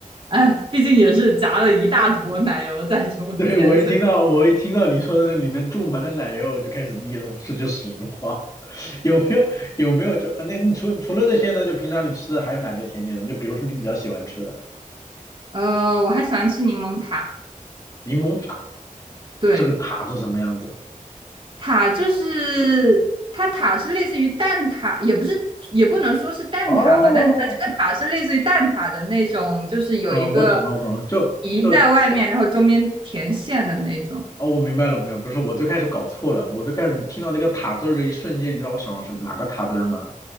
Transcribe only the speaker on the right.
哎，毕竟也是夹了一大坨奶油在中间，
所以
呃，我还喜欢吃柠檬塔。
对，
塔就是它塔是类似于蛋挞，也不是也不能说是蛋挞吧，
但是它这个塔是类似于蛋挞的那种，就是有一个
皮在外面，然后中间填馅的那种，